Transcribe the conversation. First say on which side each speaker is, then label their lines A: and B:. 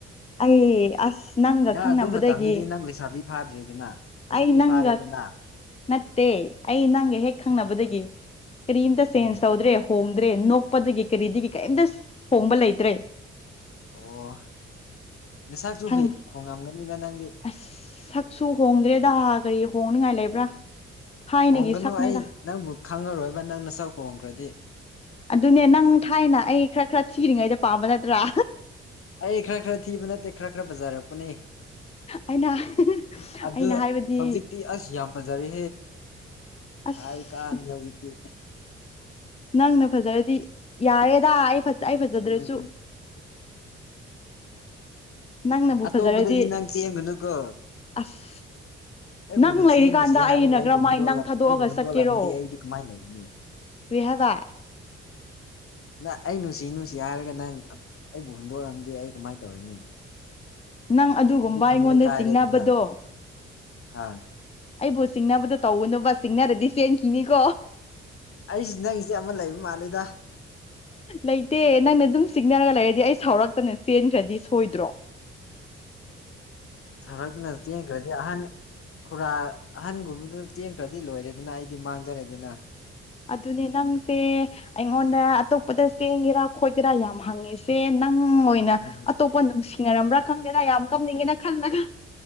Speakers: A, on the left; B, on the left.
A: ꯑꯩ ꯑꯁ ꯅꯪꯒ
B: ꯅꯪ
A: ꯈꯪꯅꯕꯗꯒꯤ
B: ꯑꯗꯨ ꯃꯇꯝꯗꯗꯤ ꯅꯪ ꯂꯩꯁꯥꯕꯤ ꯐꯥꯗ꯭ꯔꯤꯗꯅ ꯍꯧꯖꯤꯛꯇꯤ
A: ꯑꯩ ꯅꯪꯒ
B: ꯐꯥꯔꯦꯗꯅ
A: ꯅꯠꯇꯦ ꯑꯩ ꯅꯪꯒ ꯍꯦꯛ ꯈꯪꯅꯕꯗꯒꯤ ꯀꯔꯤꯝꯇ ꯆꯦꯟꯖ
B: ꯎꯝ
A: ꯇꯧꯗ꯭ꯔꯦ ꯍꯣꯡꯗ꯭ꯔꯦ ꯅꯣꯛꯄꯗꯒꯤ ꯀꯔꯤꯗꯒꯤ ꯀꯩꯝꯇ ꯍꯣꯡꯕ ꯂꯩꯇ꯭ꯔꯦ
B: ꯑꯣ ꯅꯁꯥꯛꯁꯨ
A: ꯈꯪ
B: ꯍꯨꯏ ꯍꯣꯡꯉꯝꯒꯅꯤꯗ ꯅꯪꯗꯤ
A: ꯑꯁ ꯁꯛꯁꯨ ꯍꯣꯡꯗ꯭ꯔꯦꯗ ꯀꯔꯤ ꯍꯣꯡꯅꯤꯉꯥꯏ ꯂꯩꯕ꯭ꯔꯥ
B: ꯎꯝ
A: ꯊꯥꯏꯅꯒꯤ
B: ꯍꯣꯡꯒꯅꯨ
A: ꯁꯛꯅꯦꯗ
B: ꯑꯩ ꯅꯪꯕꯨ ꯈꯪꯉꯔꯣꯏꯕ ꯅꯪꯅ ꯆꯧꯀꯣꯡꯈ꯭ꯔꯗꯤ
A: ꯑꯗꯨꯅꯦ ꯅꯪ ꯊꯥꯏꯅ ꯑꯩ ꯈꯔ ꯈꯔ ꯊꯤꯔꯤꯉꯩꯗ ꯄꯥꯝꯕ ꯅꯠꯇ꯭ꯔꯥ
B: ꯑꯩ ꯈꯔ ꯈꯔ ꯊꯤꯕ ꯅꯠꯇꯦ ꯈꯔ ꯈꯔ ꯕꯖꯥꯔꯛꯄꯅꯦ
A: ꯑꯩꯅ
B: ꯑꯗꯨ
A: ꯑꯩꯅ ꯍꯥꯏꯕꯗꯤ
B: ꯍꯧꯖꯤꯛꯇꯤ ꯑꯁ ꯌꯥꯝ ꯐꯖꯔꯦ
A: ꯑꯁ
B: ꯍꯥꯏ ꯀꯥ ꯍꯧꯖꯤꯛꯀꯤ
A: ꯅꯪꯅ ꯐꯖꯔꯗꯤ ꯌꯥꯔꯦꯗ ꯑꯩ ꯇꯥꯏ ꯐꯖꯗ꯭ꯔꯁꯨ
B: ꯎꯝ
A: ꯅꯪ ꯅꯕꯨ
B: ꯑꯇꯣꯞꯄꯗꯗꯤ
A: ꯐꯖꯔꯗꯤ
B: ꯅꯪ ꯆꯦꯟꯒꯅꯨꯀꯣ
A: ꯑꯁ
B: ꯑꯩꯕꯨ
A: ꯅꯪ
B: ꯅꯨꯡꯁꯤ
A: ꯂꯩꯔꯤꯀꯥꯟꯗ
B: ꯅꯨꯡꯁꯤ ꯍꯥꯏꯔꯒ
A: ꯑꯩꯅ
B: ꯑꯩꯕꯨ
A: ꯀꯔꯝꯍꯥꯏ
B: ꯍꯨꯟꯗꯣꯛꯂ
A: ꯅꯪ ꯊꯥꯗꯣꯛꯑꯒ
B: ꯑꯩꯕꯨ ꯍꯨꯟꯗꯣꯛꯂꯝꯑꯝꯗꯤ
A: ꯆꯠꯀꯦꯔꯣ
B: ꯑꯩꯗꯤ ꯀꯃꯥꯏꯅ ꯂꯩꯒꯅꯤ
A: ꯍꯒ
B: ꯅ ꯑꯩ ꯅꯨꯡꯁꯤ ꯅꯨꯡꯁꯤ ꯍꯥꯏꯔꯒ ꯅꯪ ꯑꯩꯕꯨ ꯍꯨꯟꯗꯣꯔꯛꯑꯝꯗꯦ ꯑꯩ ꯀꯃꯥꯏꯅ ꯇꯧꯔꯅꯤ
A: ꯅꯪ ꯑꯗꯨꯒꯨꯝꯕ
B: ꯑꯩꯗꯤ ꯊꯝꯃꯣꯏ
A: ꯑꯩꯉꯣꯟꯗ
B: ꯀꯥꯏꯔꯦꯗꯅ
A: ꯆꯤꯡꯅꯕꯗꯣ
B: ꯑꯥ
A: ꯑꯩꯕꯨ ꯆꯤꯡꯅꯕꯗꯣ ꯇꯧꯒꯨꯅꯨꯕ ꯆꯤꯡꯅꯔꯗꯤ ꯆꯦꯟꯈꯤꯅꯤꯀꯣ
B: ꯑꯩꯁꯤꯦ ꯅꯪꯒꯤꯆꯦ ꯑꯃ ꯂꯩꯕ ꯃꯥꯜꯂꯦꯗ
A: ꯂꯩꯇꯦ ꯅꯪꯅ ꯑꯗꯨꯝ ꯆꯤꯛꯅꯔꯒ ꯂꯩꯔꯗꯤ ꯑꯩ ꯁꯥꯎꯔꯛꯇꯅ ꯆꯦꯟꯈ꯭ꯔꯗꯤ ꯊꯣꯏꯗ꯭ꯔꯣ
B: ꯁꯔꯅ ꯆꯦꯟꯈ꯭ꯔꯗꯤ ꯑꯍꯥꯟꯕ ꯈꯨꯔꯥ ꯑꯍꯟꯒꯨꯝꯕꯗꯨ ꯆꯦꯟꯈ꯭ꯔꯗꯤ ꯂꯣꯏꯔꯦꯗꯅ ꯑꯩꯗꯤ ꯃꯥꯡꯖꯔꯦꯗꯅ
A: ꯑꯗꯨꯅꯦ ꯅꯪꯁꯦ ꯑꯩꯉꯣꯟꯗ ꯑꯇꯣꯞꯄꯗ ꯆꯦꯡꯒꯦꯔꯥ ꯈꯣꯠꯀꯦꯔꯥ ꯌꯥꯝ ꯍꯪꯉꯤꯁꯦ ꯅꯪ ꯑꯣꯏꯅ
B: ꯎꯝ
A: ꯑꯇꯣꯞꯄ ꯅꯨꯡꯁꯤꯅꯔꯝꯕ꯭ꯔꯥ ꯈꯪꯗꯦꯗ ꯌꯥꯝ ꯀꯞꯅꯤꯡꯒꯦꯅ ꯈꯜꯂꯒ